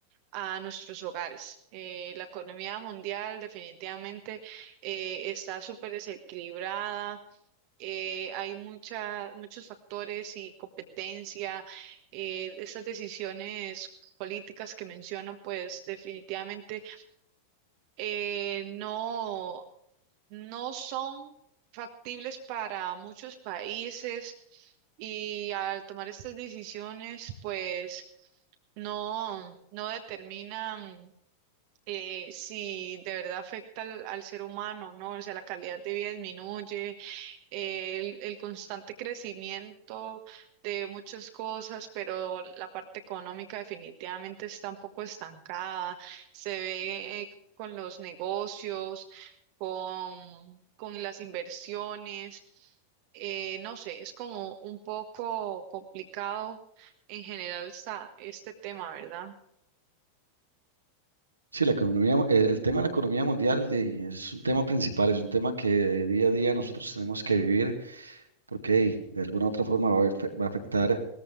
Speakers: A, on the right; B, on the right.
A: a nuestros hogares. Eh, la economía mundial definitivamente eh, está súper desequilibrada eh, hay mucha, muchos factores y competencia. eh, esas decisiones políticas que menciono, pues definitivamente eh, no, no son factibles para muchos países y al tomar estas decisiones, pues no, no determinan eh, si de verdad afecta al, al ser humano, ¿no? O sea, la calidad de vida disminuye el, el constante crecimiento de muchas cosas, pero la parte económica definitivamente está un poco estancada. Se ve eh, con los negocios, con, con las inversiones. eh, no sé, es como un poco complicado en general está este tema, ¿verdad?
B: Sí, la economía, el, el tema de la economía mundial de- es un tema principal, es un tema que de día a día nosotros tenemos que vivir porque hey, de alguna u otra forma va a, afe- va a afectar